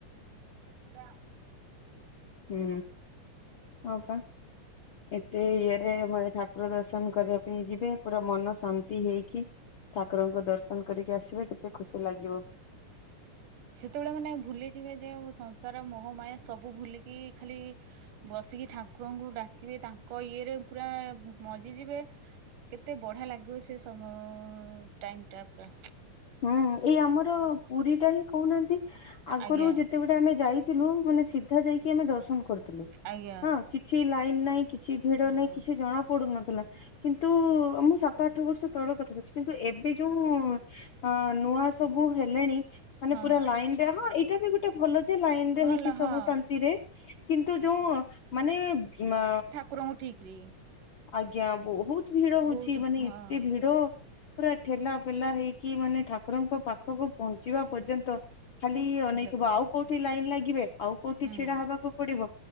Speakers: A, on the right; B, on the left.
A: ର
B: ହୁଁ ହଁ ପା। ଏତେ ଇଏରେ ମାନେ ଠାକୁର ଦର୍ଶନ କରିବା ପାଇଁ ଯିବେ ପୁରା ମନ ଶାନ୍ତି ହେଇକି। ଠାକୁରଙ୍କୁ ଦର୍ଶନ କରିକି ଆସିବେ କେତେ ଖୁସି ଲାଗିବ।
A: ସେତେବେଳେ ମାନେ ଭୁଲିଯିବେ ଯେ ସଂସାର ମୋହମାୟା ସବୁ ଭୁଲିକି ଖାଲି ବସିକି ଠାକୁରଙ୍କୁ ଡାକିବେ ତାଙ୍କ ଇଏରେ ପୁରା ମଜିଯିବେ। କେତେ ବଢିଆ ଲାଗିବ ସେ ସମୟ ଟାଇମ ପୁରା।
B: ହୁଁ ଏଇ ଆମର ପୁରିଟା ହିଁ କହୁନାହାନ୍ତି ଆଗରୁ
A: ଆଜ୍ଞା
B: ଯେତେବେଳେ ଆମେ ଯାଇଥିଲୁ ମାନେ ସିଧା ଯାଇକି ଆମେ ଦର୍ଶନ କରୁ ଥିଲୁ
A: ଆଜ୍ଞା
B: ହଁ କିଛି ଲାଇନ ନାଇଁ କିଛି ଭିଡ
A: ହଁ
B: ନାଇଁ କିଛି ଜଣା ପଡୁନଥିଲା। କିନ୍ତୁ ଅ ମୁଁ ସାତ ଆଠ ବର୍ଷ ତଳ କଥା କହୁଛି କିନ୍ତୁ ଏବେ ଯୋଉ ଅ ନୂଆ ସବୁ ହେଲେଣି ମାନେ
A: ହଁ
B: ପୁରା ଲାଇନରେ ହଁ ଏଇଟା ବି ଗୋଟେ ଭଲ ଯେ ଲାଇନରେ
A: ଭଲ
B: ହେଇକି ସବୁ
A: ହଁ
B: ଶାନ୍ତିରେ। କିନ୍ତୁ ଯୋଉ ମାନେ ଅ
A: ଠାକୁର ଙ୍କୁ ଠିକରେ।
B: ଆଜ୍ଞା ବହୁତ ଭିଡ ହଉଛି
A: ବହୁତ
B: ମାନେ
A: ହଁ
B: ଏତେ ଭିଡ। ପୁରା ଠେଲା ପେଲା ହେଇକି ମାନେ ଠାକୁରଙ୍କ ପାଖକୁ ପହଞ୍ଚିବା ପର୍ଯ୍ୟନ୍ତ। ଖାଲି ଅନେଇଥିବ
A: ଲୋକଟା
B: ଆଉ କୋଉଠି ଲାଇନ ଲାଗିବେ ଆଉ କୋଉଠି
A: ହୁଁ
B: ଛିଡା ହବାକୁ ପଡିବ।